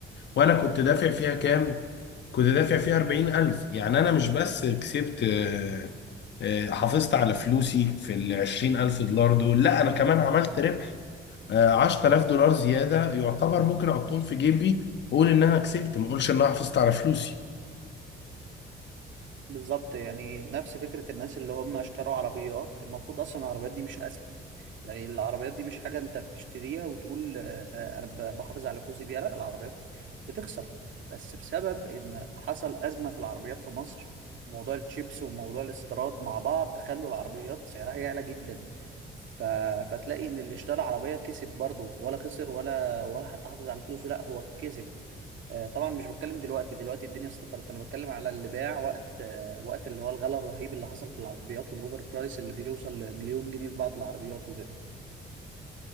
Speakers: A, on the left; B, on the right.
A: وأنا كنت دافع فيها كام؟ كنت دافع فيها 40 ألف يعني أنا مش بس كسبت آه، آه، حافظت على فلوسي في ال 20 ألف دولار دول لا أنا كمان عملت ربح. آه، 10000 دولار زياده يعتبر ممكن احطهم في جيبي واقول ان انا كسبت ما اقولش ان انا حافظت على فلوسي
B: بالظبط يعني نفس فكره الناس اللي هم اشتروا عربيات المفروض اصلا العربيات دي مش يعني العربيات دي مش حاجة انت بتشتريها وتقول آه، انا ب- بحافظ على فلوسي بيها لا العربيات بتخسر بس بسبب ان حصل أزمة في العربيات في مصر موضوع التشيبس وموضوع الاستيراد مع بعض خلوا العربيات سعرها يعلى جدا ف... فتلاقي ان اللي اشترى عربية كسب برضه ولا خسر ولا ولا حتى حافظ على فلوسه لا هو كسب آه، طبعا مش بتكلم دلوقتي دلوقتي الدنيا استقرت انا بتكلم على اللي باع وقت آه، وقت اللي هو الغلاء الرهيب اللي حصل في العربيات والاوفر برايس اللي بيوصل لمليون جنيه في بعض العربيات وكده